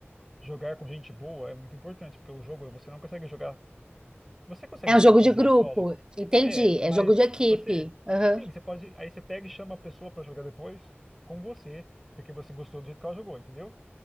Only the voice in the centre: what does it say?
jogar com gente boa é muito importante, porque o jogo você não consegue jogar, você consegue
jogar
sozinho,
solo.
É, mas
se você,
sim, você pode, aí você pega e chama a pessoa pra jogar depois com você, porque você gostou do jeito que ela jogou, entendeu?